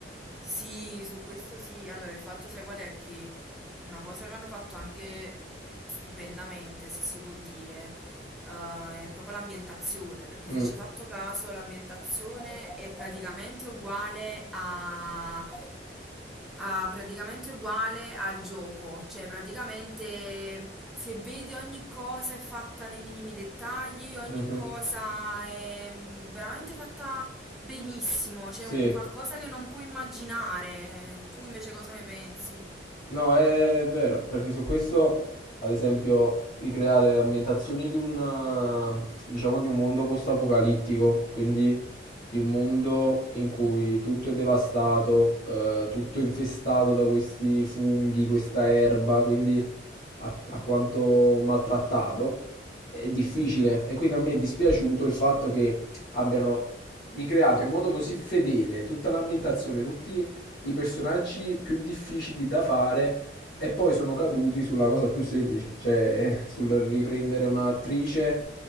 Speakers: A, in the centre; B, on the left.
A: Sì, su questo sì. Allora, il fatto, sai qual è? Che Una cosa che hanno fatto anche stupendamente, se si può dire, eh, è proprio l'ambientazione, perché
B: Mm,
A: se ci hai fatto caso, l'ambientazione è praticamente uguale a, a- praticamente uguale al gioco, cioè praticamente se vedi ogni cosa è fatta nei minimi dettagli, ogni
B: mhm,
A: cosa è mm, veramente fatta benissimo, c'è
B: Sì.
A: un qualcosa che non puoi immaginare. Tu
B: Eh,
A: invece cosa ne pensi?
B: No, è vero, perché su questo, ad esempio, ricreare ambientazioni di un, eh, diciamo, di un mondo post-apocalittico, quindi di un mondo in cui tutto è devastato, eh, tutto infestato da questi funghi, questa erba, quindi a, a quanto maltrattato, è difficile.
A: Mhm.
B: E quindi a me è dispiaciuto il fatto che abbiano ricreato in modo così fedele tutta l'ambientazione, tutti i personaggi più difficili da fare e poi sono caduti sulla cosa più semplice, cioè sul riprendere un'attrice